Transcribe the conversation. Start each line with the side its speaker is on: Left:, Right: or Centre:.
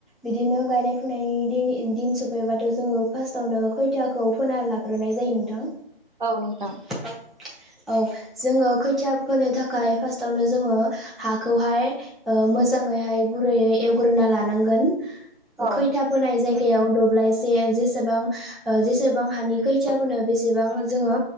Centre: बिदिनो गायनाय फुनायनि दिन दिन सफैबाथ' जोङो फार्स्टावनो खोथियाखौ फोना ला फोरनाय जायो नोंथां।
Right: औ नोंथां।
Centre: <inaudible> औ जोङो खैथिया फोनो थाखाय फार्स्टावनो जोङो हाखौहाय। मोजाङैहाय गुरैयै एवग्रोना लानांगोन
Right: औ
Centre: खैथा फोनाय जायग याव दब्लायसे जेसेबां जेसेबां हानि खैथिया फोनो बेसेबां जोङो।